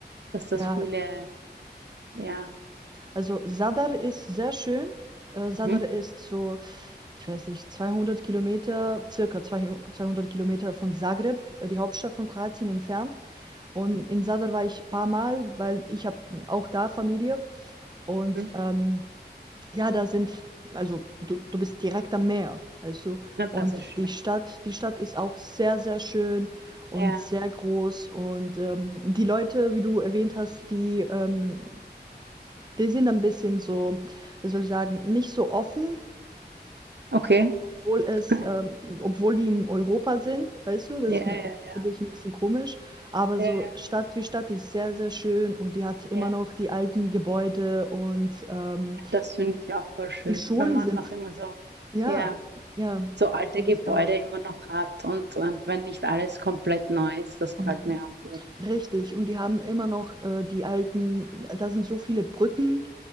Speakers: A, on the right; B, on the right.
A: dass das
B: Ja,
A: viele, ja,
B: Also Sadr ist sehr schön. Äh, Sadr
A: mhm,
B: ist so, ich weiß nicht, 200 Kilometer, circa 200 Kilometer von Zagreb, äh, die Hauptstadt von Kroatien, entfernt. Und in Sadr war ich ein paar Mal, weil ich habe auch da Familie. Und
A: mhm.
B: ähm, ja, da sind, also du, du bist direkt am Meer, weißt du?
A: Na, das
B: Und
A: ist schön.
B: die Stadt, die Stadt ist auch sehr, sehr schön und
A: Ja,
B: sehr groß. Und ähm, die Leute, wie du erwähnt hast, die, ähm, die sind ein bisschen so, wie soll ich sagen, nicht so offen,
A: okay.
B: obwohl es,
A: <laughs>
B: ähm, obwohl die in Europa sind, weißt du? Das
A: Ja,
B: finde
A: ja, ja,
B: ich ein bisschen komisch. Aber
A: ja,
B: so
A: ja,
B: Stadt wie Stadt, die ist sehr, sehr schön und die hat immer
A: ja.
B: noch die alten Gebäude und ähm,
A: Das finde ich auch voll schön,
B: die Schulen
A: wenn man
B: sind
A: noch immer so,
B: Ja,
A: ja,
B: ja,
A: so alte
B: finde
A: Gebäude
B: ich auch.
A: immer noch hat und, ähm, wenn nicht alles komplett neu ist, das
B: Mhm.
A: gefällt mir auch gut.
B: Richtig. Und die haben immer noch äh, die alten, da sind so viele Brücken,